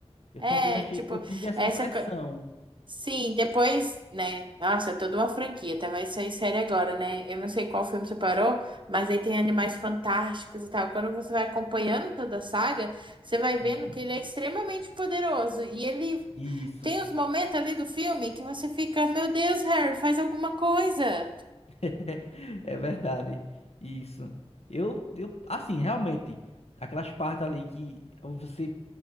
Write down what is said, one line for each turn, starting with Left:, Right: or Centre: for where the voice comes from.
Left: Eu
Right: é,
Left: também achei,
Right: tipo,
Left: eu tive essa
Right: essa.
Left: impressão.
Right: co- Sim, depois, né? Nossa, é toda uma franquia, até vai sair série agora, né? Eu não sei qual filme você parou, mas aí tem Animais Fantásticos e tal. Quando você vai acompanhando toda a saga, você vai vendo
Left: Uhum,
Right: que ele é extremamente poderoso. E ele
Left: isso.
Right: tem os momentos ali do filme que você fica, meu Deus, Harry, faz alguma coisa.
Left: <laughs> É verdade. Isso. Eu, eu, assim, realmente, aquelas partes ali que você